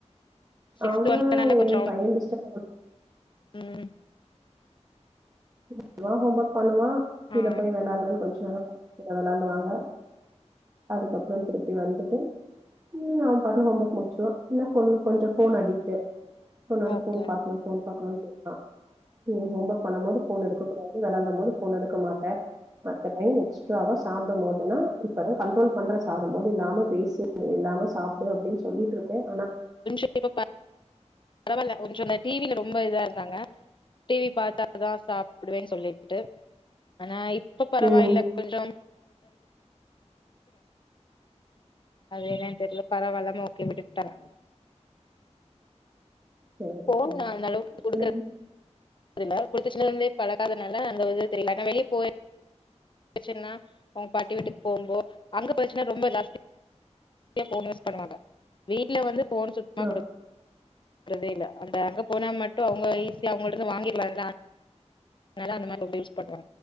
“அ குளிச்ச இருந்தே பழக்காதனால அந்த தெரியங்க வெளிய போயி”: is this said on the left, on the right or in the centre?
Left